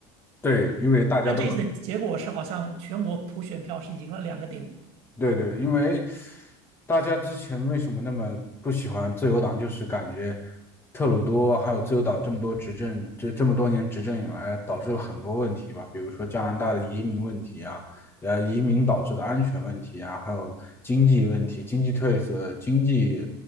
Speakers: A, on the left (about 20°); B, on the right (about 55°).
A: 对，因为大家都。
B: 但这一次的结果是好像全国普选票是赢了两个点。
A: 对对，因为大家之前为什么那么不喜欢自由党，就是感觉特鲁多还有自由党这么多执政，就这么多年执政以来，导致了很多问题吧，比如说加拿大的移民问题啊，呃，移民导致的安全问题啊，还有经济问题、经济退色、经济